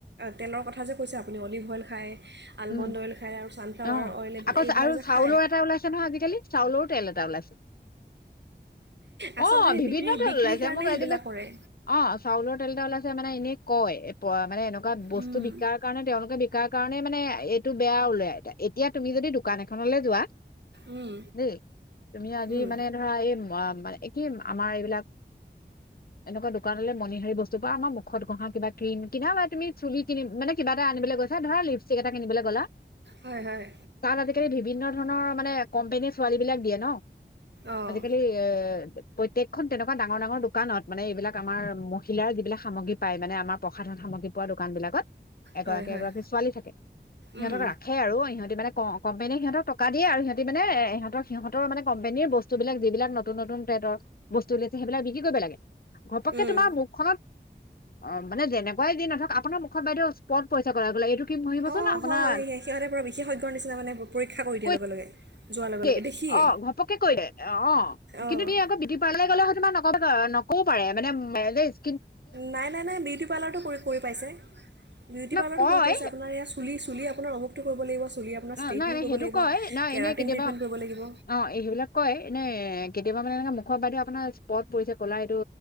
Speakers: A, on the right (about 75°); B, on the left (about 55°).
A: তেলৰ কথা যে কৈছে আপুনি অলিভ অইল খায়। <inaudible> আলমণ্ড
B: উম
A: অইল খায় আৰু ছানফ্লাৱাৰ
B: অ',
A: অইল এইবিলাক
B: আকৌ
A: এইবিলাক
B: চা আৰু
A: যে
B: চাউলৰ
A: খায়
B: এটা ওলাইছে নহয় আজিকালি, চাউলৰ তেল এটা ওলাইছে।
A: আচলতে
B: অ'
A: সেই
B: বিভিন্ন
A: বিক্ৰী
B: তেল
A: বিক্ৰীৰ
B: ওলাইছে,
A: কাৰণে
B: মোক
A: সেইবিলাক
B: এজনী,
A: কৰে
B: অ', চাউলৰ তেল এটা ওলাইছে। <unintelligible> মানে এনেই কয়। বা মানে এনেকুৱা বস্তু
A: উম,
B: বিকাৰ কাৰণে তেওলোকে <inaudible> কাৰ কাৰণে মানে এইটো বেয়া ওলাই। এতিয়া তুমি যদি দোকান এখনলৈ যোৱা
A: উম,
B: দেই, তুমি আজি
A: উম,
B: মানে ধৰা এই মাম মানে একেই, আমাৰ এইবিলাক, এনেকুৱা দোকানলৈ মণিহাৰি বস্তুৰ পৰা আমাৰ মুখত ঘঁহা কিবা ক্ৰীম কিবা লয় তুমি চুলি কিনিম মানে কিবা এটা আনিবলৈ গৈছা ধৰা লিপষ্টিক এটা কিনিবলৈ গ'লা।
A: হয় হয়।
B: তাত বিভিন্ন ধৰণৰ মানে কম্পেনীৰ ছোৱালীবিলাক দিয়ে ন?
A: অঁ
B: আজিকালি ইয়ে প্ৰত্যেকখন তেনেকুৱা ডাঙৰ ডাঙৰ দোকানত, মানে এইবিলাক আমাৰ মহিলাৰ যিবিলাক সামগ্ৰী পায় মানে আমাৰ প্ৰসাধন সামগ্ৰী পোৱা দোকান বিলাকত। এগৰাকী
A: হয় হয়
B: এগৰাকী ছোৱালী থাকে, সিহঁতক
A: উম,
B: ৰাখে আৰু। ক কম্পেনীয়ে সিহঁতক টকা দিয়ে আৰু সিহঁতি মানে ইহঁতৰ সিহঁতৰ ও‌ মানে কম্পেনীৰ বস্তুবিলাক যিলাক নতুন নতুন ট্ৰেডৰ বস্তু ওলিয়াইছে, সেইবিলাক বিক্ৰী কৰিব লাগে। ঘপককে
A: উম,
B: তোমাৰ মুখখনত। অ' মানে যেনেকোৱাই যি, <unintelligible> আপোনাৰ মুখত বাইদেউ স্পট পৰিছে ক'লা ক'লা এইটো। কি মৰিবচোন
A: অ',
B: আপোনাৰ
A: হয় হয়। সিহঁতে <unintelligible> বিশেষজ্ঞৰ নিচিনা মানে পৰীক্ষা কৰি
B: কৈ
A: দিয়ে লগে লগে। যোৱাৰ লগে
B: <unintelligible>
A: লগে দেখিয়ে
B: অ' ঘপকে কৈ দিয়ে অ',
A: অঁ
B: তুমি আকৌ বিউটি পাৰ্লাৰলৈ গ'লা তোমাৰ <unintelligible> পাৰে মানে মেৰেজ
A: নাই, নাই, নাই। বিউটি পাৰ্লাৰতো কৰি কৰি পাইছে, বিউটি
B: মানে
A: পাৰ্লাৰতো
B: কয়
A: কৰি পাইছে আপোনাৰ এয়া চুলি, চুলি আপোনাৰ অমুকটো কৰিব লাগিব চুলি আপোনাৰ
B: অ'
A: ষ্ট্ৰেইটনিং
B: নাই নাই।
A: কৰিব
B: সেইটো
A: লাগিব
B: কয়, নই
A: কেৰাটিন
B: এনে কেতিয়াবা
A: ট্ৰিটমেণ্ট কৰিব লাগিব
B: অ' এই সেইবিলাক কয়, এনেই ইহ কেতিয়াবা মানে এনে মুখত বাইদ' আপোনাৰ স্পট পৰিছে ক'লা এইটো